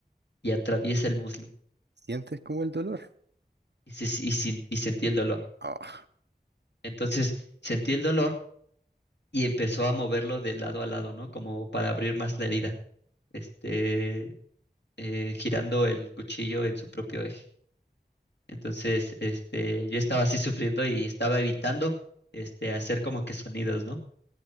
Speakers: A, on the left; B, on the right.
A: y atraviesa el muslo
B: ¿Sientes como el dolor?
A: y, se- y sin- y sentí el dolor.
B: Ah,
A: Entonces sentí el dolor y empezó a moverlo de lado a lado, ¿no? Como para abrir más la herida, este, eh, girando el cuchillo en su propio eje. Entonces, este, yo estaba así sufriendo y estaba evitando, este, hacer como que sonidos, ¿no?